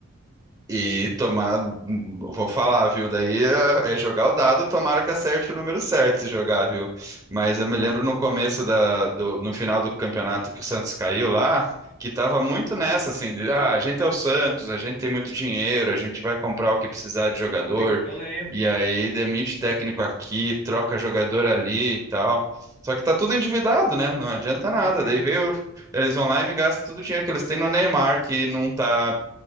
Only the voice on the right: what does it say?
E tomar, vou falar, viu? Daí é é jogar o dado, tomara que acerte o número certo se jogar, viu? Mas eu me lembro no começo da, do, no final do campeonato que o Santos caiu lá, que tava muito nessa, assim, de, ah, a gente é o Santos, a gente tem muito dinheiro, a gente vai comprar o que precisar de jogador,
e aí demite técnico aqui, troca jogador ali e tal. Só que tá tudo endividado, né? Não adianta
nada.
Daí veio, eles vão lá e me gastam todo o dinheiro que eles têm no Neymar, que não tá